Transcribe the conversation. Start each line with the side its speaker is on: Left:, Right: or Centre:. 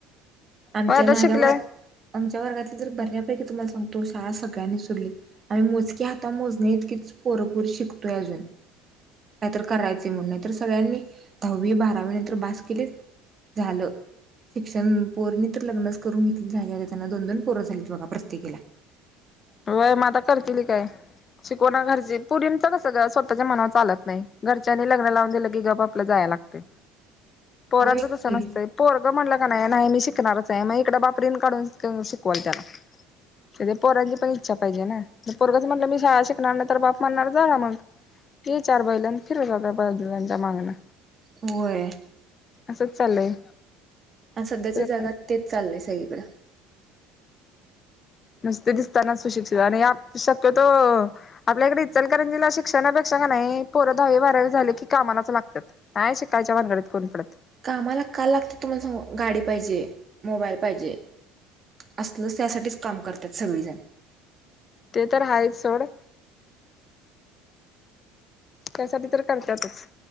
Right: आमच्या
Left: होय आता
Right: माझ्या
Left: शिकलंय
Right: व आमच्या वर्गात बऱ्यापैकी तुम्हाला सांगतो शाळा सगळ्यांनी सोडली आम्ही मोजके हाता मोजणी इतकीच पोरपोरी शिकतोय अजून काहीतरी करायचे म्हणून नाही तर सगळ्यांनी दहावी बारावी नंतर बास केली झालं शिक्षण पोरणी तर लग्नचं करून घेतली झाली त्यांना दोन दोन पोर हायत प्रत्येकीला
Left: वय मता करतील काय? शिकोणा घरजी पोरीचं तसं सगळं स्वतःच्या मनावर चालत नाही घरच्यांनी लग्न लावून दिलं की ग आपलं जायला लागते. पोरांच
Right: होय की.
Left: तसं नसतय पोरगं म्हणल. नाही मी शिकणारच आहे मग इक बाप रिण काढून शिकवा त्याला पोरा- पण इच्छा पाहिजे ना पोरगच म्हटलं मी शाळा शिकणार ना तर बाप म्हणणार जा मग ते चार बैल फिरत जातात बाजूच्या मागण.
Right: होय
Left: असंच चाललंय
Right: आणि सध्याच्या
Left: दुसरं
Right: जगात
Left: काय
Right: तेच चाललंय स- कीकड
Left: नुसते दिसताना सुशिक्षित आणि शक्यतो आपल्याकडे इचलकरंजीला शिक्षणापेक्षा नाही पोरं दहावी बारावी झाले की कामालाच लागत्यात नाही शिकायच्या बामगडीत कोण पडत नाही.
Right: कामाला का लागतात तुम्हाला सागू गाडी पाहिजे मोबाईल पाहिजे. असलच त्यासाठीच काम करतात सगळीजण
Left: ते तर आहेच सोड. त्यासाठी तर करत्यातच.